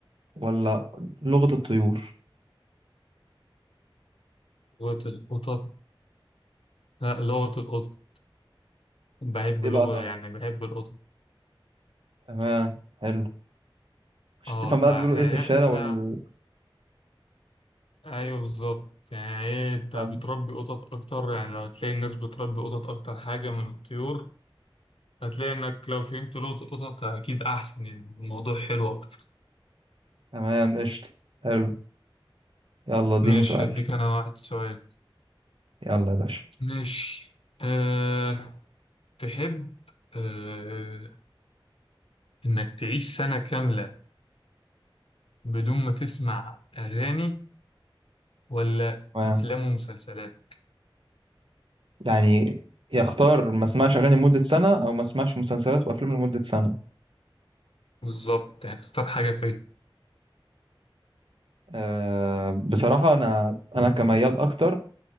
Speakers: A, on the right (about 70°); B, on the left (about 80°).
A: ولا لغه الطيور
B: لغة القطط لا لغة القطط بحب
A: ليه
B: لغة
A: بقى طيب
B: يعني بحب القطط
A: تمام حلو مش
B: اه
A: تفهم
B: ف
A: بقى بيقولوا
B: يعني
A: ايه في الشارع
B: انت
A: وال
B: ايوه بالظبط يعني ايه انت
A: تمام
B: بتربي قطط اكتر يعني لو هتلاقي الناس بتربي قطط اكتر حاجة من الطيور هتلاقي انك لو فهمت لغة القطط اكيد احسن يعني الموضوع حلو اكتر
A: تمام، قشطة حلو يلا
B: <clears throat>
A: اديني
B: ماشي
A: سؤال
B: اديك انا واحد سؤال
A: يلا يا باشا
B: ماشي أه تحب آه، إنك تعيش سنة كاملة بدون ما تسمع أغاني ولا
A: تمام
B: أفلام ومسلسلات
A: يعني يختار ما اسمعش اغاني لمدة سنة او ما اسمعش مسلسلات وافلام لمدة سنة
B: بالظبط يعني تختار حاجة فين
A: أه بصراحة انا انا كميال اكتر